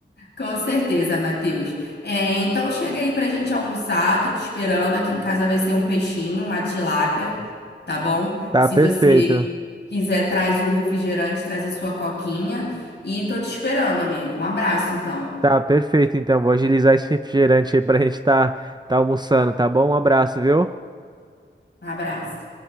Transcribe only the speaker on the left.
com certeza, Matheus. É, então chega aí pra gente almoçar, tô te esperando. Aqui em casa vai ser um peixinho, uma tilápia, tá bom?
Se
você quiser, traz o refrigerante, traz a sua coquinha e tô te esperando, amigo. Um abraço, então.
Um abraço.